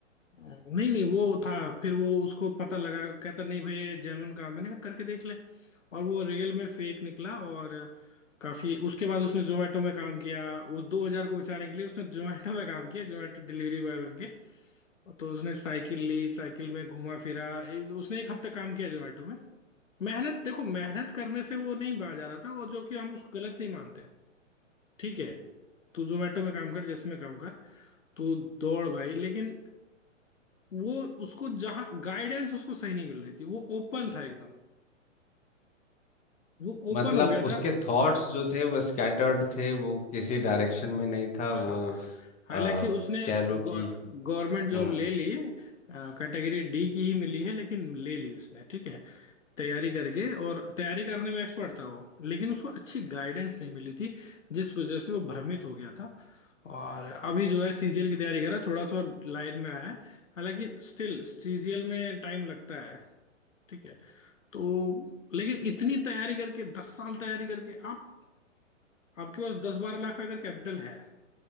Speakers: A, on the left; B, on the left.
A: नहीं नहीं वो था फिर वो उसको पता लगा कहता नहीं भाई ये जेनवन काम है मैंने कहा करके देख ले और वो रियल में फेक निकला और काफी उसके बाद उसने जोमेटो में काम किया उस 2000 को बचाने के लिए उसने जोमेटो में काम किया जोमेटो डिलीवरी बॉय बन के तो उसने साइकिल ली साइकिल में घुमा फिरा ए- उसने एक हफ्ता काम किया जोमेटो में मेहनत देखो मेहनत करने से वो नहीं बाज आ रहा था और जो कि हम उसको गलत नहीं मानते हैं ठीक है तू जोमेटो में काम कर जिसमें काम कर तू दौड़ भाई लेकिन वो उसको जहां गाइडेंस उसको सही नहीं मिल रही थी वो ओपन था एकदम वो ओपन
B: मतलब
A: हो गया था
B: उसके थॉट्स जो थे वो स्कैटर्ड थे वो किसी डायरेक्शन में नहीं था
A: हाँ
B: वो
A: हालांकि
B: आ,
A: उसने
B: कह लो कि
A: गवर्नमेंट जॉब
B: हम्म
A: ले ली कैटेगरी डी की ही मिली है लेकिन ले ली उसने ठीक है तैयारी करके और तैयारी करने में एक्सपर्ट था वो लेकिन उसको अच्छी गाइडेंस नहीं मिली थी जिस वजह से वो भ्रमित हो गया था और अभी जो है सीजीएल की तैयारी कर रहा है थोड़ा सा लाइन में आया है हालांकि स्टिल सीजीएल में टाइम लगता है ठीक है तो लेकिन इतनी तैयारी करके दस साल तैयारी करके आप आपके पास दस बारह लाख का अगर कैपिटल है